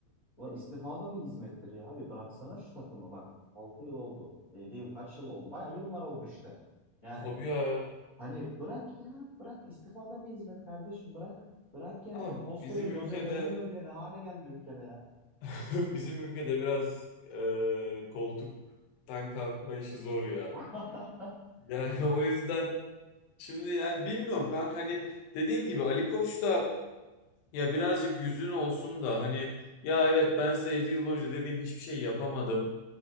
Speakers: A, on the left; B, on the left.
A: ulan istifa da bir hizmettir ya abi bıraksana şu takımı bak. altı yıl oldu. yedi yıl kaç yıl oldu? Baya yıllar oldu işte. Yani
B: Tabii ya.
A: hani bırak ya bırak istifa da bir hizmet kardeşim bırak. Bırak yani
B: Ama
A: koskoca
B: bizim
A: Jose
B: ülkede
A: Mourinho bile ne hale geldi ülkede ya.
B: <laughs> Bizim ülkede biraz e, koltuktan kalkma işi zor ya.
A: <laughs>
B: Yani <laughs> o yüzden şimdi yani bilmiyorum kanka hani dediğin gibi Ali Koç da ya birazcık yüzün olsun da hani ya evet ben size 7 yıl boyunca dediğim hiçbir şey yapamadım.